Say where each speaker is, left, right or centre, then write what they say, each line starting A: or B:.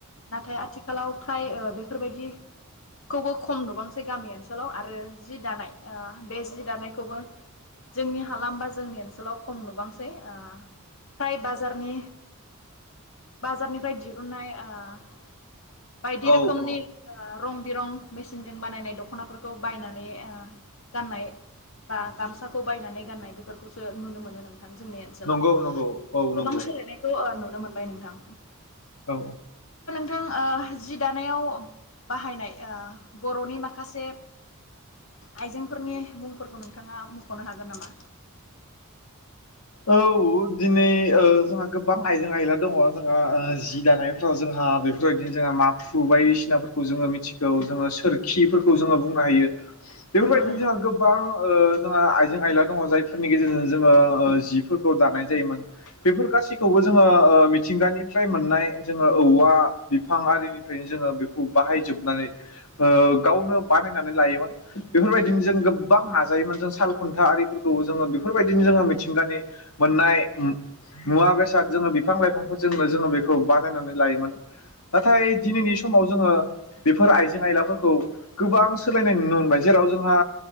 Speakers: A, on the left; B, on the left.
A: नाथाय आथिखालाव फ्राय बेफोरबायदिखौबो खम नुबांसै गामि ओनसोलाव आरो जि दानाय ओ बे जि दानायखौबो जोंनि हालाम बा जोंनि ओनसोलाव खम नुबांसै ओ फ्राय बारनि बाजारनिफ्राय दिरुननाय ओ बायदि
B: औ
A: रोखोमनि
B: औ
A: ओ रं बिरं मेसिनजों बानायनाय दख'नाफोरखौ बायनानै ओ गाननाय बा गामसाखौ बायनानै गाननाय बेफोरखौसो नुनो मोनो नो जोंनि ओनसोलाव
B: नंगौ नंगौ औ नंगौ
A: गोबां सोलायनायखौ ओ नुनो मोनो मोनबाय नोंथां।
B: औ
A: नों जि दानायाव बाहायनाय बर'नि माखासे आइजेंफोरनि मुंफोरखौ नोंथाङा मख'नो हागोन नामा?
B: औ दिनै ओ जोंहा गोबां आइजें आयला दङ जोंहा जि दानायफ्राव जोंहा बेफोरबायदिनो जोंहा माखु बायदिसिनाफोरखौ जोङो मिथिगौ जोङो सोरखिफोरखौ जोङो बुंनो हायो। बेफोरबायदिनो
A: नंगौ नोंथां
B: जोंहा गोबां ओ जोंहा आइजें आयला दङ जायफोरनि गेजेरजों जोङो ओ जिफोरखौ दानाय जायोमोन। बेफोर गासिखौबो जोङो ओ मिथिंगानिफ्राय मोननाय जोङो औवा बिफां आरिनिफ्राय जोङो बेखौ बाहायजोबनानै ओ गावनो बानायनानै लायोमोन। बेफोरबायदिनो जों गोबां नाजायोमोन जों साल खुन्था आरिफोरखौबो जोङो बेफोरबायदिनो जोङो मिथिंगानि मोननाय मु मुवा बेसाद जोङो बिफां लाइफांफोरजोंनो जोङो बेखौ बानायनानै लायोमोन। नाथाय दिनैनि समाव जोङो बेफोर आइजें आयलाफोरखौ गोबां सोलायनाय नुनो मोनबाय जेराव जोंहा